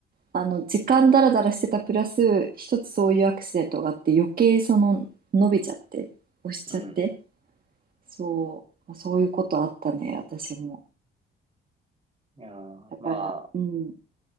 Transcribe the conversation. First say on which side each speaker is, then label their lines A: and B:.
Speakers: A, on the right; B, on the right.
A: ー、あの、時間だらだらしてたプラス、一つそういうアクシデントがあって、余計その、伸びちゃって、押しちゃって、
B: うん。
A: そう、そういうことあったね、私も。
B: いやー、
A: だから、
B: ま
A: うん、